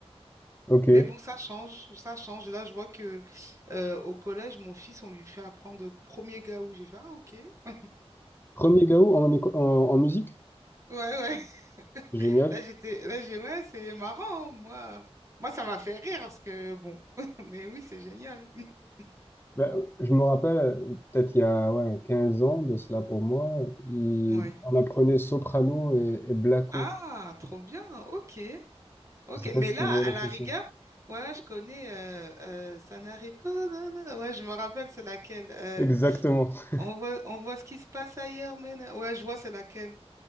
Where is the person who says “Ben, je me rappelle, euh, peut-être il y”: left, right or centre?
Left